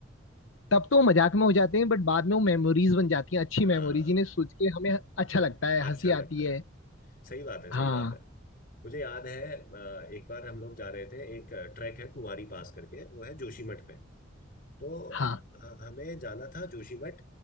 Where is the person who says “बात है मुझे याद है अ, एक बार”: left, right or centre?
Left